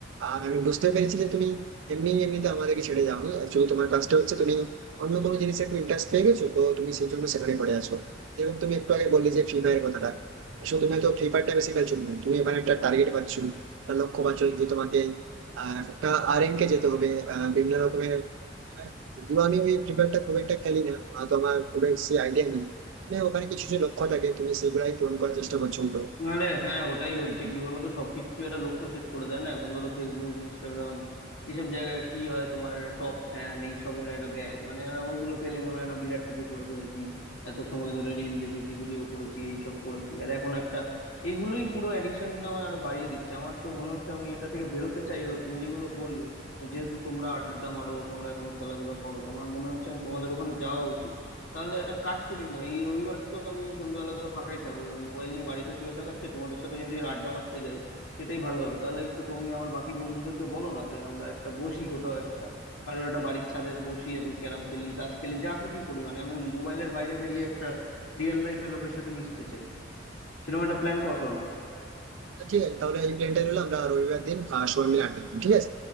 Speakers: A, on the right (about 85°); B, on the left (about 85°).
A: আর আমি বুঝতে পেরেছি যে তুমি এমনি এমনিতে আমাদেরকে ছেড়ে যাও অ্যাকচুয়ালি তোমার কাজটা হচ্ছে তুমি অন্য কোনো জিনিসে একটু ইন্টারেস্ট পেয়ে গেছো তো তুমি সেই জন্য সেখানে পড়ে আছো যেরকম তুমি একটু আগে বললে যে ফ্রি ফায়ার কথাটা আসলে তুমি তো ফ্রি ফায়ারটা বেশি খেলছো না। তুমি এখানে একটা টার্গেট পাচ্ছো একটা লক্ষ্য পাচ্ছো যে তোমাকে আর একটা আরএন কে যেতে হবে আহ, বিভিন্ন রকমের যদিও আমি ওই প্রিপেয়ারটা খুব একটা খেলি না আহ, তো আমার খুব বেশি আইডিয়া নেই মানে ওখানে কিছু যে লক্ষ্য থাকে তুমি সেগুলাই পূরণ করার চেষ্টা করছো তো
B: আরে হ্যাঁ ওটাই হচ্ছে
A: হুম, হুম।
B: কি বলতো সবকিছু একটা লক্ষ্য সেট করে দেয় না এখন ধরো ফেসবুক ইনস্টাগ্রাম এইসব জায়গায় কি হয় তোমার টপ ফ্যান এইসবের একটা ব্যাচ মানে ওগুলো পেলে মনে হয় না বিরাট কিছু করে ফেলেছি এত সময় ধরে রিল দেখেছি ভিডিও করেছি এইসব করেছি আর এখন একটা এইগুলোই পুরো অ্যাডিকশনটা আমায় আরো বাড়িয়ে দিচ্ছে আমার তো মনে হচ্ছে আমি এটা থেকে বেরোতে চাই এবার তুমি যেগুলো বললে যেহেতু তোমরা আড্ডা মারো তোমরা এখনো খেলাধুলা করো আমার মনে হচ্ছে আমি তোমাদের ওখানে যাওয়া উচিত তাহলে একটা কাজ করি না এই রবিবার তো আমি সন্ধ্যেবেলা ধরো ফাঁকাই থাকবো এবার মোবাইল নিয়ে বাড়িতে শুয়ে থাকার চেয়ে তোমাদের সাথে যদি এর আড্ডা মারতে যাই সেটাই ভালো হবে তাহলে একটু তুমি আমার বাকি বন্ধুদেরকে বলো না তো আমরা একটা বসি কোথাও একটা কারোর একটা বাড়ির ছাদে বসি একটু ক্যারাম খেলি তাস খেলি যা খুশি করি মানে আমি মোবাইলের বাইরে বেরিয়ে একটা রিয়েল লাইফে লোকের সাথে মিশতে চাইছি সেরকম একটা প্ল্যান করো না
A: ঠিক আছে তাহলে এই প্ল্যানটাই রইলো আমরা রবিবার দিন আহ, সবাই মিলে আড্ডা দিবো, ঠিক আছে